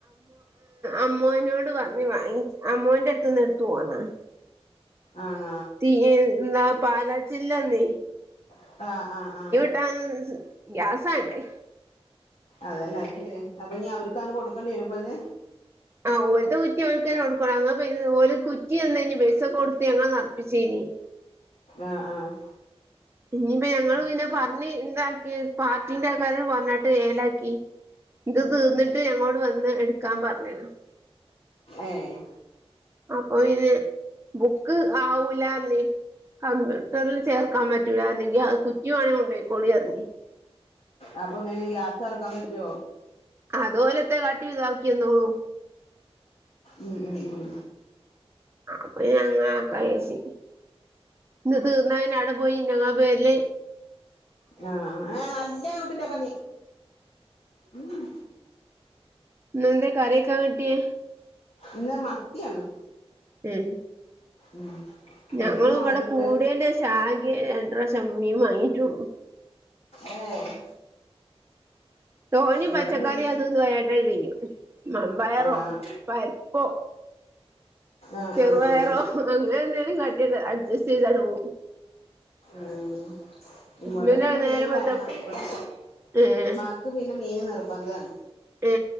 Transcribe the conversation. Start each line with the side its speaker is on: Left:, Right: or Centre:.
Right: അമ്മോനോട് പറഞ്ഞ് വാങ്ങി അമ്മോന്റെ അടുത് നിന്ന് ട്ത്തു പോന്നാത
Left: ആണ
Right: ഈന്താ പാലാച്ചില്ലാന്നീ
Left: ആഹ
Right: ഇട്ടൻ ഗ്യാസ അല്ലേ
Left: അതന്നെത് ശരി അപ്പൊ നീ അവർക്ക്ാണ് കൊടുക്കേണ്ടി വരും അപ്പ അത്
Right: ആ ഓരത്തെ കുറ്റി ഓക്കാര കൊടുക്കണം. ഓ കുറ്റി എന്തനി പൈസ കൊടുത്ത് നറപ്പിച്ചേനി
Left: ആ ആഹ്
Right: ഇനിയിപ്പ ഞങ്ങള് പിന്നെ പറഞ്ഞ് ഇന്താക്കി പാർട്ടിന്റെ ആക്കാര് പറഞ്ഞിട്ട് ഏലാക്കി. ഇത് തീർന്നിട്ട് ഞങ്ങോട് വന്ന് എടുക്കാൻ പറഞ്ഞാണ്
Left: ഏഹ്
Right: അപ്പൊ പിന്നെ ബുക്ക് ആവൂല ർഞ്ഞി കമ്പ്യൂട്ടറിൽ ചേർക്കാൻ പറ്റൂില്ലരുന്നെങ്കിൽ അത് കുറ്റി വേണെങ്കിൽ കൊണ്ട പോയിക്കോളി ഇറങ്ങി
Left: അപ്പൊ ഇങ്ങനെ ഗ്യാസ് ഇറക്കാൻ പറ്റോ?
Right: അതോലത്തെ കാട്ടി ഇത ആക്കിയന്നോള്ളു
Left: ഉം ഉം ഉം
Right: അപ്പൊ ഞങ്ങ കഴച്ചി ഇന്ന് തീർന്നാവിടെ പോയി ഞങ്ങാ പേരിലേ
Left: ആഹ് ആ നല്ല കുട്ടിന്റെക്കെ നീ ഉ
Right: എന്തെ കറിക്കാൻ കിട്ടിയെ?
Left: ഇന്ന് മത്തിയാണ്
Right: ഉം
Left: ഉം
Right: ഞങ്ങ
Left: മത്തി മൊളകിട്ട്
Right: ഇവിടെ കൂട്യേന്റെ ഷം ആകെ രണ്ട് പ്രാശേ മീൻ വാങ്ങിയിട്ടുള്ളു.
Left: ഏ ഹ്
Right: തോനിം
Left: ഇവിടെ
Right: പച്ചക്കറി
Left: മീൻ
Right: അതും ഇതും ആയിട്ടേ വെക്കും. മമ്പയറോ
Left: ആഹ്
Right: പരിപ്പോ
Left: ആഹ്
Right: ചെറുപയറോ
Left: ആഹ് ആഹ്
Right: അങ്ങനെ എന്തെങ്കിലും കട്ടിട്ട് അഡ്ജസ്റ്റ് ചെയ്ത് ആൻഡ് പോകു
Left: ഉം
Right: ഹസ്ബൻഡാണ്
Left: ഇവിടെ പിന്നെ മീന്
Right: നേരെ മറിച്ച
Left: വേണം. ഇടെ മത്
Right: ഏഹ്
Left: മ്മക്ക് പിന്നെ മീൻ നിർബന്ധണ്
Right: ഏ